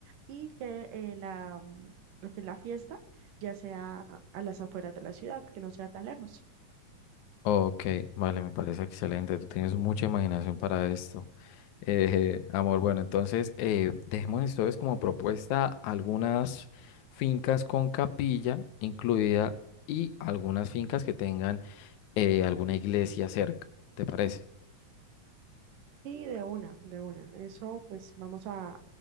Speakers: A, on the right (about 75°); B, on the left (about 75°).
A: y que eh, la, mm, este, la fiesta ya sea a las afueras de la ciudad, que no sea tan lejos.
B: Ok, vale, me parece excelente. Tú tienes mucha imaginación para esto. Eh, amor, bueno, entonces eh, dejemos entonces como propuesta algunas fincas con capilla incluida y algunas fincas que tengan eh, alguna iglesia cerca. ¿Te parece?
A: Y de una, de una. Eso pues vamos a,